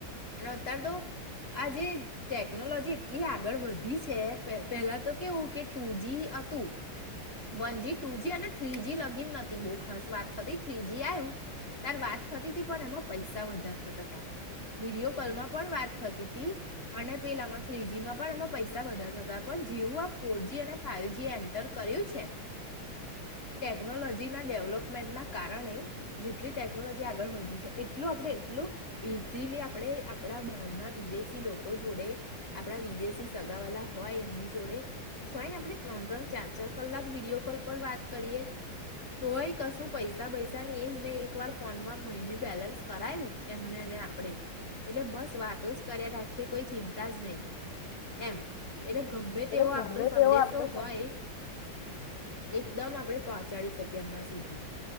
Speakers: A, on the left; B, on the left.
A: અને અત્યારે તો આ જે ટેકનોલોજી એટલી આગળ વધી છે પહેલા તો કેવું કે ટુ જી હતું વન જ ટુ જી અને થ્રી જ લગી નતી બહુ ખાસ વાત થતી થ્રીજી આવ્યું તાર વાત થતી હતી પણ એમાં પૈસા વધારે થતા હતા વિડીયો કમાં પણ વાત થતી ત અને પેલામાં થ્રીજીમાં પણ એમાં પૈસા વધારે થતા પણ જેવું આ ફોરજી અને ફાાઈવજી એ એન્ટર કર્યું છે ટેકનોલોજીના ડેવલોપમેન્ટના કારણે જેટલી ટેકનોલોજી આગળ વધી છે એટલું આપણે એટલું ઈઝીલી આપણે આપણા ઘરના વિદેશી લોકો જોડે આપણા વિદેશી સગા વાલા હોય એમની જોડે જોય ને આપણે ત્રણ ત્રણ ચાર ચાર કલાક વિડીિયો કોલ પર વાત કરીએ તોય કશું પૈસા પૈસા ને એ જ નહી એક વાર ફોનમાં મહિને બેલેન્સ કરાયું એમને અને આપણેે એટલે બસ વાતો જ કર રાખીએ કોઈ ચિંતા જ નહીં એમ એટલે ગમે
B: એટલે
A: તેવો આપણો
B: રમે
A: સંદેશો
B: તેવો આપડો
A: હોય એકદમ આપણેે પહોંચાડી શકીએ એમના સુધી